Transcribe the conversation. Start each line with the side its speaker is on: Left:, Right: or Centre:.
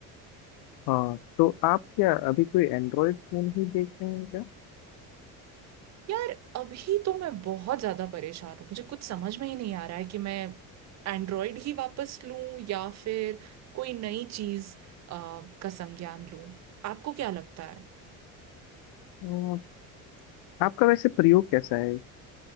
Left: हाँ तो आप क्या अभी कोई एंड्रॉयड फोन ही देख रहे हैं
Right: यार अभी तो मैं बहुत ज्यादा परेशान हूँ मुझे कुछ समझ में ही नहीं आ रहा है कि मैं एंड्रॉयड ही वापस लूं या फिर कोई नई चीज आ, का संज्ञान लूं आपको क्या लगता है
Left: अ, आपका वैसे प्रयोग कैसा है